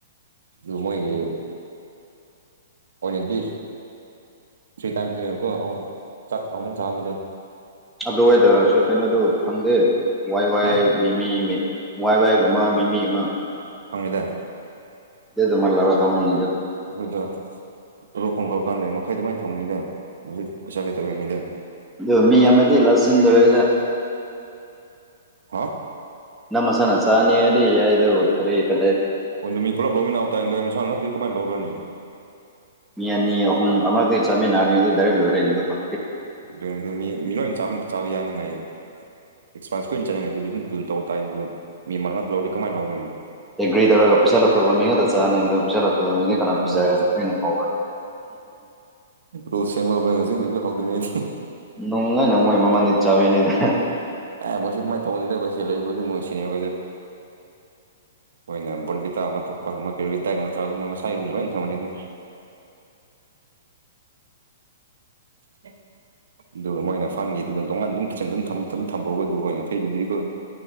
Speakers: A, on the right; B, in the centre.
A: ꯑꯗꯨ ꯃꯣꯏꯒꯤ ꯑꯣꯏꯅ ꯑꯣꯏꯅꯗꯤ ꯐ꯭ꯔꯤ ꯇꯥꯏꯝ ꯆꯨꯀꯣꯨꯛꯥꯛ ꯑꯍꯨꯝꯃꯨꯛ ꯆꯥꯕꯗꯣ
B: ꯑꯗꯨ ꯑꯣꯏꯏꯇꯥꯔꯁꯨ ꯀꯩꯅꯣꯗ ꯐꯪꯗꯦ ꯋꯥꯏ ꯋꯥꯏ
A: ꯍꯥ
B: ꯃꯤ ꯃꯤ ꯃꯤ ꯃꯏ ꯋꯥꯏꯒꯨꯝꯕ ꯃꯤꯃꯤ ꯑꯃ
A: ꯐꯪꯉꯗ
B: ꯑꯗꯨꯦ ꯑꯗꯨ ꯃꯜꯂꯔ ꯊꯃꯝ
A: ꯑꯩꯈꯣꯏꯗ ꯇꯂꯣꯞ ꯐꯪꯈꯔ ꯀꯥꯟꯗ ꯃꯈꯥꯏ ꯑꯗꯨꯃꯥꯏꯅ ꯊꯝꯃꯅꯤꯗ ꯃ ꯄꯩꯁꯂꯦꯇ ꯀꯅꯤ ꯂꯩ
B: ꯑꯗꯨ ꯃꯤ ꯑꯃꯗꯤ ꯂꯁꯤꯟꯗ ꯂꯩꯔꯦ
A: ꯍꯥ
B: ꯅꯃ ꯁꯅ ꯁꯥꯅꯤ ꯑꯗꯤ ꯌꯥꯏꯗ ꯀꯔꯤ ꯀ
A: ꯍ ꯃꯤ ꯄꯨꯂ ꯄꯂꯣꯃꯤꯁꯥꯅ ꯀꯃꯥꯏꯅ ꯇꯧꯒꯅꯤ
B: ꯃꯤꯌꯥꯅꯤ ꯑꯍꯨꯝ ꯑꯃ ꯏ ꯆꯥꯃꯤ ꯅꯥꯅꯤꯔꯩ ꯂꯣꯏꯔꯦ ꯏꯗ ꯍ
A: ꯑꯗꯨ ꯑꯗꯨ ꯃꯤ ꯂꯣꯏ ꯆꯥꯕ ꯌꯥꯅꯤꯉꯥꯏ ꯑꯦꯛꯁꯄꯥꯟꯁ ꯀꯨꯏꯅ ꯆꯠꯅꯤꯡꯉꯦ ꯑꯗꯨꯝ ꯑꯗꯨꯝ ꯇꯧꯕ ꯇꯥꯏꯗꯣ ꯃꯤ ꯃꯜ ꯅ ꯂꯧꯔꯗꯤ ꯀꯃꯥꯏꯅ ꯂꯧꯔꯣꯏꯅꯤ
B: ꯑꯦꯒ꯭ꯔꯤ ꯇꯧꯔꯒ ꯄꯩꯁꯥ ꯂꯧꯊꯣꯛꯕ ꯃꯤ ꯈꯛꯇ ꯆꯥꯅꯤ ꯑꯗꯨ ꯄꯩꯁꯥ ꯂꯧꯊꯣꯛꯕ ꯃꯤꯅ ꯀꯅꯥꯝ ꯄꯤꯖꯔꯅꯤ
A: ꯑꯗꯣ
B: ꯁꯣꯏꯅ ꯉꯧꯔꯅꯤ
A: ꯔꯨꯜ ꯁꯦꯝꯕ ꯑꯩꯈꯣꯏꯅ ꯍꯧꯖꯤꯛꯅ ꯍꯧꯗ꯭ꯔꯤꯉꯩꯗꯤ
B: ꯅꯅꯨꯡꯉꯥꯏꯅ ꯃꯣꯏ ꯃꯅ ꯏꯆꯥꯅꯤꯗ
A: ꯑꯦ ꯃꯁꯖꯤꯗ ꯃꯥ ꯊꯧꯧꯕ ꯅꯗꯂ ꯀ ꯃꯁꯁꯤꯅꯤ ꯀꯣꯏꯗ ꯅ ꯕꯣꯟꯟꯕꯤꯇꯥ ꯑꯃ ꯊꯛꯄ ꯑꯃ ꯀꯗꯥ ꯑꯃ ꯆ ꯃꯣꯏ ꯃꯁꯥꯏꯔꯨꯝꯗꯅ ꯂꯣꯏꯅ ꯊꯝꯃꯅꯤꯗ
B: <unintelligible>
A: ꯍ ꯑꯗꯨꯒ ꯃꯣꯏꯅ ꯐꯪꯈꯤꯗꯨꯅ ꯇꯣꯡꯉꯥꯟ ꯑꯗꯨꯝ ꯀꯆꯟ ꯑꯗꯨꯝ ꯊꯝꯍꯧꯕꯗꯨ ꯑꯣꯏꯅ ꯐꯩꯗꯨꯗꯤꯀꯣ